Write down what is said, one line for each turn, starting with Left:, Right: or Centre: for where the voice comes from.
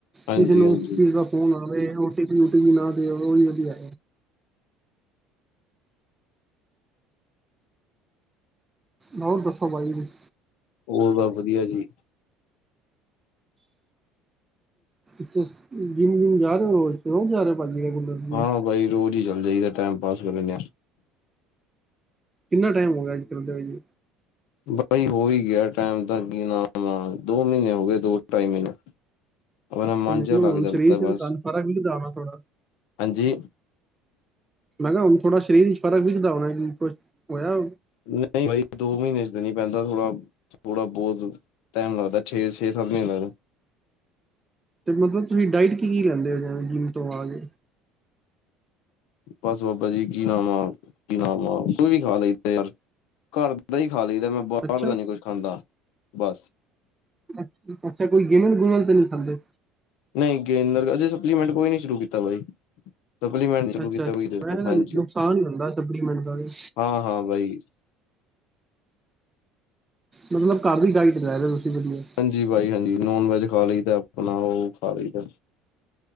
Left: ਹਾਂਜੀ
Right: ਕਿਸੇ ਨੂੰ,
Left: ਹਾਂਜੀ
Right: ਕਿਸ ਦਾ ਫੋਨ ਆਵੇ,, ਓਟੀ ਪੀਟੀ ਵੀ ਨਾ ਦਿਉ, ਉਹੀ ਵਧੀਆ। ਹੋਰ, ਦੱਸੋ ਬਾਈ, ਤੁਸੀ?
Left: ਹੋਰ ਬਸ ਵਧੀਆ ਜੀ।
Right: ਜਿੰਮ ਜੂੰਮ ਜਾ ਰਹੇ ਰੋਜ ਜਾ ਰੋਜ ਜਾ ਰਹੇ ਓ ਭਾਜੀ ਰੈਗੂਲਰ ਜਿਮ
Left: ਹਾਂ ਬਾਈ ਰੋਜ ਈ ਚੱਲ ਜਾਈਦੈ, ਟੈਮ ਪਾਸ ਕਰ ਲੈਂਨੇ ਆਂ।
Right: ਕਿੰਨਾ ਟਾਈਮ ਹੋ ਗੇਐ ਆੱਜ ਕਰਦੇ ਹੋਈਏ?
Left: ਬਾਈ ਹੋ ਹੀ ਗਿਆ ਟੈਮ ਦਾ ਕੀ ਨਾਮ ਆ ਦੋ ਮ੍ਹੀਨੇ ਹੋ ਗਏ ਦੋ ਢਾਈ ਮ੍ਹੀਨੇ ਆਪਣਾ
Right: ਤੇ
Left: ਮਨ
Right: ਮਤਲਬ
Left: ਜਿਹਾ ਲੱਗ
Right: ਹੁਣ
Left: ਜਾਂਦਾ
Right: ਸਰੀਰ 'ਚ
Left: ਬਸ
Right: ਤਾਂ ਫਰਕ ਵਿਖਦਾ ਹੋਣਾ ਥੋੜਾ
Left: ਹਾਂਜੀ।
Right: ਮੈਂ ਕੇਆ ਹੁਨ ਥੋੜਾ ਸ਼ਰੀਰ ਇਚ ਫਰਕ ਵਿਖਦਾ ਹੋਣੈ ਵੀ ਕੁੱਛ ਹੋਏਐ?
Left: ਨਹੀਂ ਬਾਈ ਦੋ ਮਹੀਨੇ 'ਚ ਦੇਣੀ ਪੈਂਦਾ ਥੋੜ੍ਹਾ ਥੋੜਾ ਬੋਤ ਟੈਮ ਲੱਗਦੈ, ਛੇ, ਛੇ-ਸਾੱਤ ਮੀਨੇ ਲੱਗਦੇ।
Right: ਤੇ ਮਤਲਬ ਤੂਸੀ ਡਾਇਟ ਕੀ-ਕੀ ਲੈਂਦੇ ਓ, ਜੈਂਵੇਂ ਜਿੰਮ ਤੋ ਆ ਕੇ?
Left: ਬਸ ਬਾਬਾ ਜੀ ਕੀ ਨਾਮ ਆ ਕੀ ਨਾਮ ਆ ਕੋਈ ਵੀ ਖਾ ਲਈ ਯਾਰ ਘਰ ਦਹੀਂ ਖਾ ਲੀਦੈ, ਮੈਂ ਬਾਰ
Right: ਅੱਛਾ
Left: ਦਾ ਨੀ ਕੁੱਛ ਖਾਂਦਾ ਬਾੱਸ।
Right: ਅ ਅੱਛਾ ਕੋਈ ਗਿਨਲ ਗੁਨਲ ਤੇ ਨਹੀਂ ਖਾਂਦੇ।
Left: ਨਹੀਂ ਗੇਂਨਰ ਅਜੇ ਸਪਲੀਮੈਂਟ ਕੋਈ ਨੀ ਸ਼ੁਰੂ ਕੀਤਾ ਬਈ ਸਪਲੀਮੈਂਟ ਸ਼ੁਰੂ
Right: ਅੱਛਾ-ਅੱਛਾ,
Left: ਕੀਤਾ
Right: ਵੈਸੇ ਤਾਂ
Left: ਹਾਂਜੀ
Right: ਨੁਕਸਾਨ ਈ ਹੁੰਦਾ ਸਪਲੀਮੈਂਟ ਦਾ ਵੀ।
Left: ਹਾਂ-ਹਾਂ ਬਾਈ
Right: ਮਤਲਬ ਘਰ ਵੀ ਡਾਇਟ ਲੈ ਰਹੇ ਤੁਸੀਂ ਵਧੀਆ
Left: ਹਾਂਜੀ ਬਾਈ ਹਾਂਜੀ, ਨੋਨ ਵੈਜ ਖਾ ਲਈਦੈ ਆਪਨਾ ਓ ਖਾ ਲਈਦੈ।